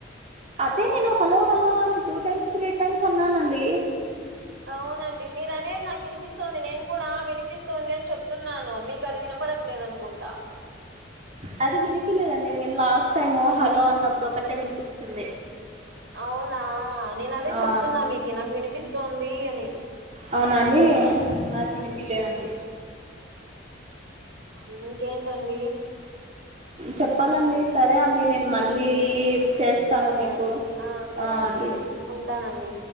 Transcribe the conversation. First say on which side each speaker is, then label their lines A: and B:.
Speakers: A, on the right (about 35°); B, on the right (about 75°).
A: అదే నేను హలో హలో అని టూ టైమ్స్ త్రీ టైమ్స్ అన్నానండి
B: అవునండి మీరు అనేది నాకు వినిపిస్తోంది నేను కూడా వినిపిస్తోంది అని చెప్తున్నాను మీ క అది వినపడట్లేదనుకుంటా
A: అది వినిపీలేదండి మీరు లాస్ట్ టైము హలో అన్నప్పుడొకటే వినిపిచ్చింది
B: అవునా నేను అదే
A: ఆ
B: చెప్తున్నా మీకు నాకు వినిపిస్తోంది అని
A: అవున అండి నాకు
B: హ్మ్
A: వినిపిలేదండి
B: ఇంకేంటండి
A: చెప్పాలండి సరే అండి నేన్ మళ్ళీ చేస్తాను
B: సరే
A: మీకు
B: అండి సరే
A: ఆ అండి
B: ఉంటానండి